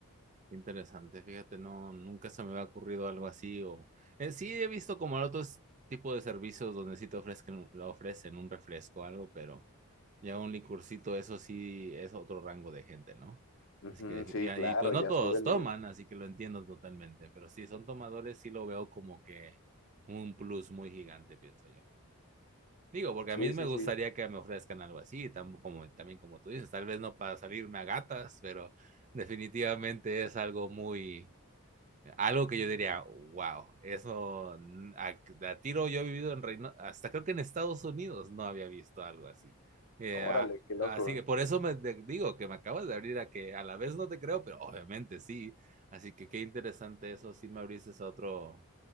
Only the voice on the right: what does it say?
Interesante, fíjate, no, nunca se me había ocurrido algo así o eh, sí he visto como otros tipos de servicios donde sí te ofrecen, un- lo ofrecen un refresco o algo, pero ya un licurcito, eso sí es otro rango de gente, ¿no?
Así que,
y ahí
pues no
todos
toman,
así que lo entiendo totalmente, pero si son tomadores, sí lo veo como que un plus muy gigante, pienso yo. Digo, porque
a mí me
gustaría
que me ofrezcan algo así, tam- como, también como tú dices, tal vez no para salirme a gatas, pero definitivamente es algo muy, algo que yo diría, wow, eso mm, a, a tiro yo he vivido en Reino, hasta creo que en Estados Unidos no había visto algo así. Eh,
a-
así que por eso me de- digo que me acabas de abrir a que a la vez no te creo, pero obviamente sí. Así que qué interesante eso, sí me abriste a otro,